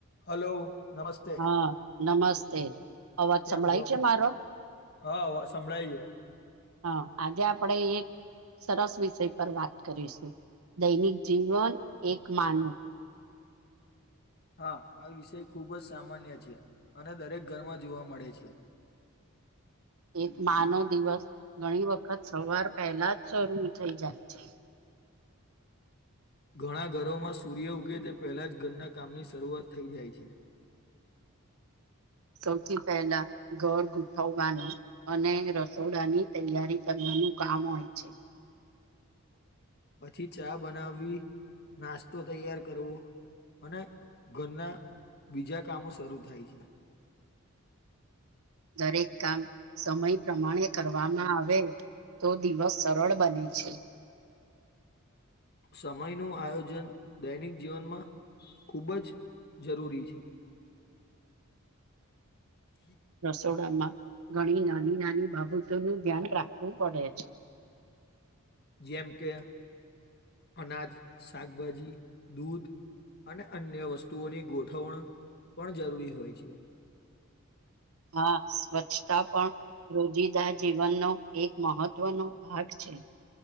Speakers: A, on the left; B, on the right.
A: Hello નમસ્તે.
B: હા નમસ્તે અવાજ
A: કેમ
B: સંભળાય
A: છો
B: છે મારો?
A: હા હવ સંભળાયએ છે.
B: હા આજે આપડે એક સરસ વિષય પર વાત કરીશું. દૈનિક જીવન એક માનું.
A: હા આ વિષય ખુબ જ સામાન્ય છે. અને દરેક ઘરમાં જોવા મળે છે.
B: એક મા નો દિવસ ઘણી વખત સવાર પેલા જ શરૂ થઇ જાય છે.
A: ઘણા ઘરોમાં સૂર્ય ઉગે તે પહેલા જ ઘરના કામની શરૂઆત થઈ જાય છે.
B: સૌથી પહેલા ઘર ગોઠવવાનું અને રસોડાની તૈયારી કરવાનું. નું કામ હોય છે.
A: પછી ચા બનાવવી નાસ્તો તૈયાર કરવો. અને ઘરના બીજા કામો શરૂ થાય છે.
B: <inaudible> દરેક કામ સમય પ્રમાણે કરવામાં આવે તો દિવસ સરળ બને છે.
A: સમયનું આયોજન દૈનિક જીવનમાં ખૂબ જ જરૂરી છે. <inaudible>
B: રસોડામાં ઘણી નાની-નાની બાબતોનું ધ્યાન રાખવું પડે છે.
A: જેમ કે અનાજ, શાકભાજી, દૂધ. અને અન્ય વસ્તુઓની ગોઠવણ પણ જરૂરી હોય છે.
B: હા. સ્વચ્છતા પણ રોજી દા જીવનનો એક મહત્વનો ભાગ છે.